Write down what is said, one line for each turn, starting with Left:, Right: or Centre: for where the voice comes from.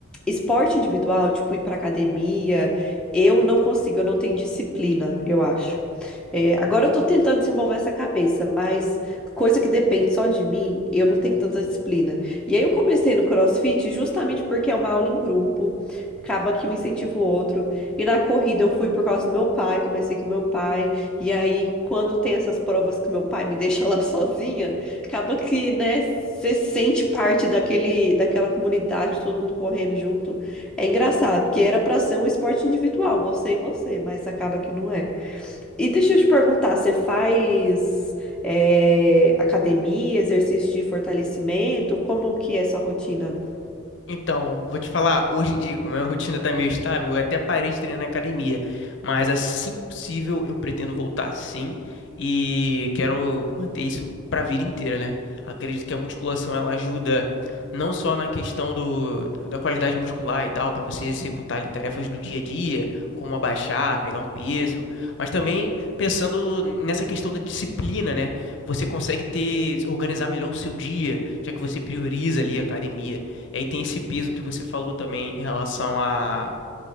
Centre: esporte individual, tipo ir pra academia, eu não consigo, eu não tenho disciplina, eu acho. É, agora eu tô tentando desenvolver essa cabeça, mas coisa que depende só de mim, eu não tenho tanta disciplina. E aí eu comecei no CrossFit justamente porque é uma aula em grupo. Acaba que um incentiva o outro. E na corrida eu fui por causa do meu pai, comecei com meu pai. E aí, quando tem essas provas que meu pai me <laughs> deixa lá sozinha, acaba que, né, você sente parte daquele, daquela comunidade, todo mundo correndo junto. É engraçado, porque era pra ser um esporte individual, você e você, mas acaba que não é. E deixa eu te perguntar, você faz, eh, academia, exercício de fortalecimento? Como que é sua rotina?
Left: Então, vou te falar, hoje em dia, como a minha <laughs> rotina tá meio estável, eu até parei de treinar na academia, mas assim que possível eu pretendo voltar sim e quero manter isso pra vida inteira, né? Acredito que a musculação ela ajuda não só na questão do, da qualidade muscular e tal, pra você executar ali, tarefas do dia a dia, como abaixar, pegar um peso, mas também pensando nessa questão da disciplina, né? Você consegue ter organizar melhor o seu dia, já que você prioriza ali a academia. E aí tem esse peso que você falou também em relação a